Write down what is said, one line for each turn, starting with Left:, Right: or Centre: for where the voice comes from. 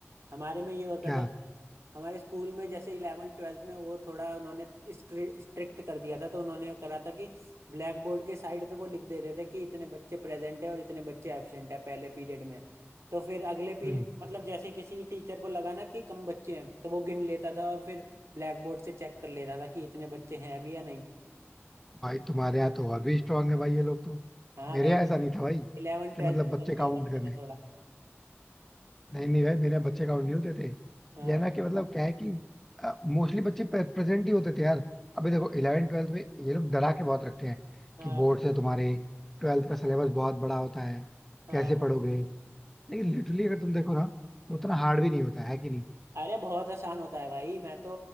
Right: हमारे में ये होता
Centre: क्या
Right: था कि हमारे स्कूल में जैसे इलेवन ट्वेल्थ में वो थोड़ा उन्होंने स्ट्रिक्ट कर दिया था तो उन्होंने करा था कि ब्लैक बोर्ड के साइड पे वो लिख देते थे कि इतने बच्चे प्रेजेंट है और इतने बच्चे एब्सेंट है पहले पीरियड में तो फिर अगले पीरियड
Centre: हम्म।
Right: मतलब जैसे किसी टीचर को लगा ना कि कम बच्चे हैं तो वो गिन लेता था और फिर ब्लैक बोर्ड से चेक कर लेता था कि इतने बच्चे हैं भी या नहीं
Centre: भाई तुम्हारे यहाँ तो और भी स्ट्रांग है भाई ये लोग तो
Right: हाँ
Centre: मेरे
Right: भाई
Centre: यहाँ
Right: वो
Centre: ऐसा नहीं था भाई
Right: इलेवन ट्वेल्थ
Centre: कि मतलब
Right: में
Centre: बच्चे
Right: कर दिया
Centre: काउंट
Right: था
Centre: करें
Right: मैंने थोड़ा
Centre: नहीं नहीं भाई मेरे यहाँ बच्चे काउंट नहीं होते थे
Right: हाँ
Centre: ये है ना कि मतलब क्या है कि मोस्टली बच्चे प्रेजेंट ही होते थे यार अभी देखो इलेवन ट्वेल्थ में ये लोग डरा के बहुत रखते हैं
Right: हाँ
Centre: कि बोर्ड से तुम्हारे ट्वेल्थ का सिलेबस बहुत बड़ा होता है
Right: हाँ
Centre: कैसे पढ़ोगे लेकिन लिटरली अगर तुम देखो ना तो उतना हार्ड भी नहीं होता है कि नहीं
Right: अरे बहुत आसान होता है भाई मैं तो